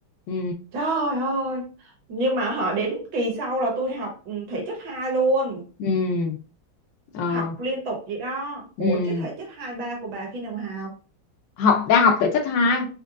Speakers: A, on the left; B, on the right.
A: ừ
B: Trời ơi Nhưng mà họ đến kỳ sau là tôi học ừ, thể chất 2 luôn
A: ừ ờ,
B: Học liên tục vậy đó
A: ừ
B: Ủa chứ thể chất 2 3 của bà khi nào học
A: học đang học thể chất hai